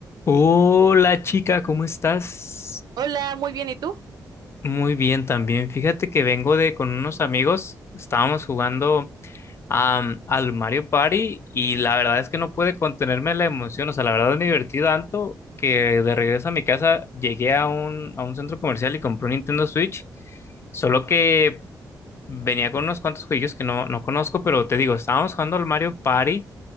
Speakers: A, on the left (about 35°); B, on the right (about 65°).
A: Hola chica, ¿cómo estás?
B: Hola, muy bien, ¿y tú?
A: Muy bien también. Fíjate que vengo de con unos amigos, estábamos jugando am, al Mario Party y la verdad es que no pude contenerme la emoción, o sea, la verdad me divertí tanto que de regreso a mi casa llegué a un, a un centro comercial y compré un Nintendo Switch, solo que venía con unos cuantos juegos que no, no conozco, pero te digo, estábamos jugando al Mario Party.